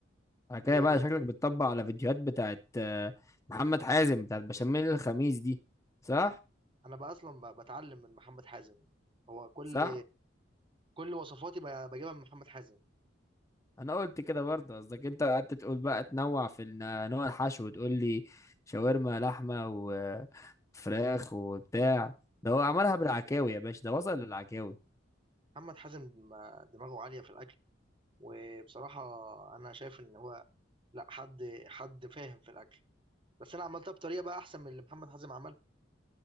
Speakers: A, on the left (about 15°); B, on the right (about 25°).
A: بعد كده
B: آه،
A: بقى شكلك بتطبق على فيديوهات بتاعت آه، محمد حازم بتاعت بشاميل الخميس دي صح
B: انا بقى اصلا ب- بتعلم من محمد حازم هو كل
A: صح
B: كل وصفاتي ب- بجيبها من محمد حازم
A: انا قلت كده برضه قصدك انت قعدت تقول بقى تنوع في الن- نوع الحشو وتقول لي شاورما لحمه وفراخ وبتاع ده هو عملها بالعكاوي يا باشا ده وصل للعكاوي
B: محمد حازم دم- دماغه عالية في الأكل وبصراحة أنا شايف إن هو لا حد حد فاهم في الأكل بس أنا عملتها بطريقة بقى أحسن من اللي محمد حازم عملها